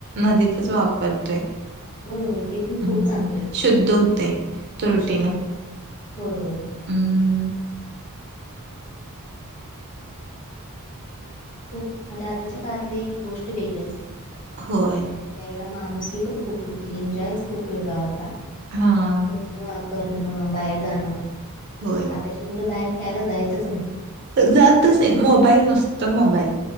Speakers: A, on the right; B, on the left.
A: नदीचच वापरतोय.
B: होय होय ते पण
A: हम्म!
B: खूप चांगलं ते
A: शुद्ध होतय तुरटी
B: शुद्ध
A: न.
B: होतं होय होय.
A: हम्म्!
B: खूप, म्हणजे आधीच्या काळातली एक गोष्ट वेगळीच होती.
A: होय.
B: त्यावेळेला माणुसकी पण खूप होती, एन्जॉयच खूप वेगळा होता.
A: हा.
B: खेळणं, करणं, बाहेर जाणं.
A: होय.
B: आताची मुलं बाहेर खेळायला जातच नाहीत.
A: जातच
B: फक्त
A: नाहीत, मोबाईल, नुसत मोबाईल.